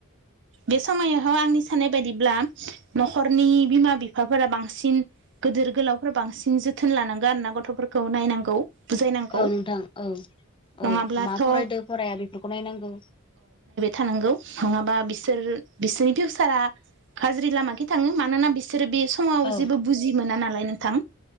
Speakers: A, on the right (about 55°); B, on the left (about 20°).
A: बे समायावह आंनि साननाय बायदिब्ला न'खरनि बिमा बिफाफोरा बांसिन गिदिर गोलावफोरा बांसिन जोथोन लानांगोन आरो ना गथ' गथ'फोरखौ नायनांगौ बुजायनांगौ
B: औ नोंथां औ
A: नङाब्लाथ'
B: औ मा फरायदो फराया बेफोरखौ नायनांगौ
A: थांगौ नङाबा बिसोर बिसोरनि फिउचारा गाज्रि लामाखै थाङो मानोना बि बिसोरो बे समाव
B: औ
A: जेबो बुजि मोना नालाय नोंथां